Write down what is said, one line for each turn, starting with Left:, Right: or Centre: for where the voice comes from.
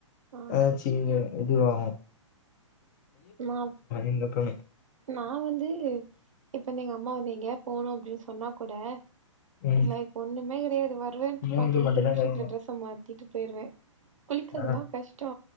Right: ஆ
Left: அதாச்சு இங்க இதுவாகு
Right: நா
Left: எங்க எப்பவுமே
Right: நா வந்து இப்ப வந்து எங்க அம்மா வந்து எங்கயாது போனு அப் சொன்னா கூட
Left: ம்
Right: இல்ல இப்ப ஒண்ணுமே கெடையாது வருவேன்ட்டு
Left: மூஞ்சி
Right: பத்து ரெண்டு
Left: மட்டும்
Right: நிமிஷத்துல
Left: தான் கழுவுவேன்
Right: ட்ரஸ மாத்திட்டு போயிருவே குளிக்கிறதுலா
Left: ஆ
Right: கஷ்டோ